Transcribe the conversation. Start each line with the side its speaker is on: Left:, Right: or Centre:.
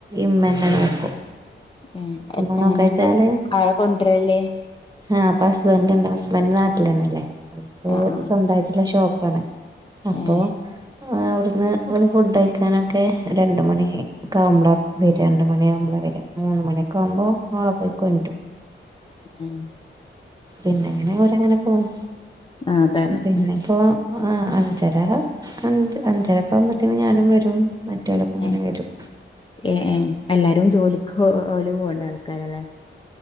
Right: ഇമ്മന്നെ നോക്കും
Left: ഏഹ്
Right: നോക്കാച്ചാല്
Left: അങ്ങനെ ഇങ്ങള് ആരാ കൊണ്ടരല്
Right: ആ ഹസ്പ്പന്റുണ്ടാവും ഹസ് ബന്റ് നാട്ടിലന്നെല്ലേ അവര്ക്ക്
Left: ആഹ് ആഹ്
Right: സ്വന്തായിട്ടുള്ള ഷോപ്പാണ് അപ്പൊ
Left: ഏഹ്
Right: ആ അവിടുന്ന് ഓല് ഫുഡഴിക്കാനൊക്കെ രണ്ട് മണി ഒക്കാവുമ്പള വരാ രണ്ട് മണി ആവുമ്പളാ വരാ മൂന്ന് മണിയൊക്കാവുമ്പോ ഓളെ പോയികൊണ്ടരും
Left: ഏഹ്
Right: പിന്നെങ്ങനെ ഓലങ്ങനെ പോവും
Left: ആഹ് അതാണ്
Right: പിന്നെ ഇപ്പോ ആ അഞ്ചരാ അഞ് അഞ്ചരാക്കാവുമ്പത്തേനും ഞാനും വരും മറ്റവരൊക്കെ ഇങ്ങനെ
Left: ഏ
Right: വരും
Left: ഏ ഏ എല്ലാരും ജോലി ക്കോല് പോണ്ടാള്ക്കാരല്ലേ